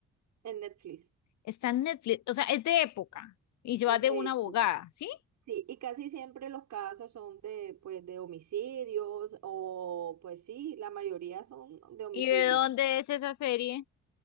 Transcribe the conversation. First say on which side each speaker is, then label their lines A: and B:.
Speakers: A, on the right; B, on the left.
A: En Netflix.
B: Está en Netflix. O sea, es de época. Y se
A: Es
B: va de
A: de
B: una
A: época.
B: abogada, ¿sí?
A: Sí, y casi siempre los casos son de, pues, de homicidios o, pues sí, la mayoría son de homicidio.
B: ¿Y de dónde es esa serie?